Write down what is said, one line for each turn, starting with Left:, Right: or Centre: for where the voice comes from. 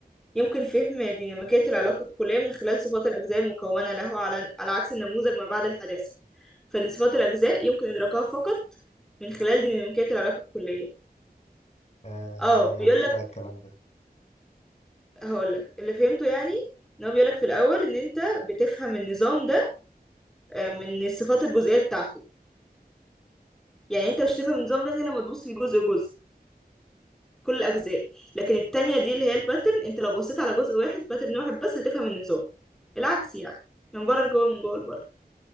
Centre: يمكن فهم ديناميكيه العلاقه الكليه من خلال صفات الاجزاء المكونه له على على عكس النموذج ما بعد الحداثه فان صفات الاجزاء يمكن ادراكها فقط من خلال ديناميكيه العلاقه الكليه
Left: آه
Centre: اه
Left: يعني
Centre: بيقول
Left: ايه
Centre: لك
Left: بقى الكلام ده
Centre: هقول لك اللي فهمته يعني ان هو بيقول لك في الاول ان انت بتفهم النظام ده آه، من الصفات الجزئيه بتاعته يعني انت مش هتفهم النظام ده غير لما تبص لجزء جزء كل الاجزاء لكن التانية دي اللي هي الباترن انت لو بصيت على جزء واحد باترن واحد بس هتفهم النظام العكس يعني من بره لجوه من جوه لبره